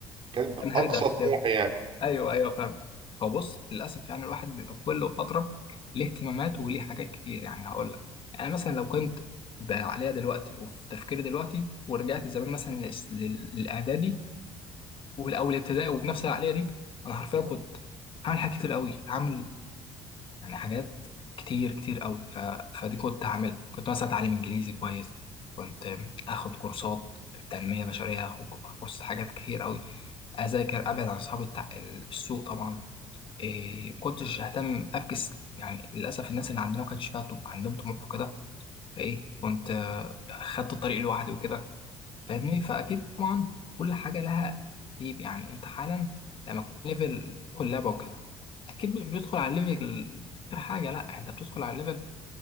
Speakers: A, on the right; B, on the left.
A: كان
B: كان هدف
A: أقصى طموحي
B: كده
A: يعني
B: ايوه ايوه فاهم هو بص للأسف يعني الواحد بيبقى كل فترة ليه اهتمامات وليه حاجات كتير يعني هقول لك يعني مثلا لو كنت بقى عليها دلوقتي وفي تفكيري دلوقتي ورجعت زمان مثلا للإس- لل- للإعدادي والاول ابتدائي وبنفس العقليه دي انا حرفيا كنت هعمل حاجات كتير قوي هعمل يعني حاجات كتير كتير قوي ف... فدي كنت هعملها كنت مثلا اتعلم انجليزي كويس كنت اخد كورسات تنميه بشريه اخد كورسات حاجات كتير قوي اذاكر ابعد عن اصحاب التع... السوق طبعا إيه كنتش اهتم افكس يعني للاسف الناس اللي عندنا ما كانش فيها طب... عندهم طموح وكده فايه كنت آه، خدت الطريق لوحدي وكده فاهمني فاكيد طبعا كل حاجه لها ترتيب يعني انت حالا لما تكون ليفل تدخل لعبه وكده اكيد مش بتدخل على الليفل غير حاجه لا انت بتدخل على الليفل